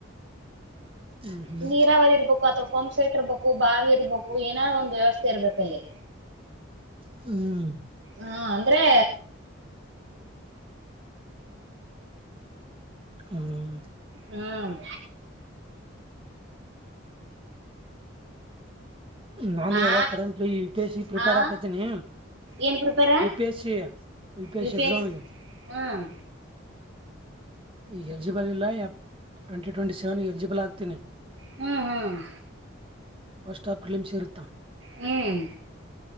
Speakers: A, on the right; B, on the right.
A: ಹ್ಮ್ ಹ್ಮ್
B: ನೀರಾವರಿ ಇರ್ಬೇಕು ಅಥವಾ ಪಂಮ್ ಸೆಟ್ ಇರ್ಬೇಕು ಬಾವಿ ಇರ್ಬೇಕು ಏನಾರ ಒಂದ ವ್ಯವಸ್ಥೆ ಇರ್ಬೇಕಲ್ಲಿ.
A: ಹ್ಮ್
B: ಹಾ ಅಂದ್ರೆ
A: ಹ್ಮ
B: ಹ್ಮ್
A: ನಾನ್ ಇವಾಗ
B: ಆ
A: ಕರೆಂಟ್ ಯುಪಿಏಸಿ ಪ್ರಿಪೇರ್
B: ಆ
A: ಆಕತಿನಿ.
B: ಏನ್ prepare
A: UPS C UPS
B: U
A: C
B: P
A: ಎಕ್ಸಾಮಿಗ್.
B: S ಹ್ಮ್
A: ಈಗ ಎಲಿಜಿಬಲ್ ಇಲ್ಲ ಟ್ವೆಂಟಿ ಟ್ವೆಂಟಿ ಸೆವೆನ್ ಎಲಿಜಿಬಲ್ ಆಗ್ತೀನಿ.
B: ಹ್ಮ್ ಹ್ಮ್
A: ಫಸ್ಟ್ ಪ್ರೀಲಿಮ್ಸ್ ಇರತ್ತ.
B: ಹ್ಮ್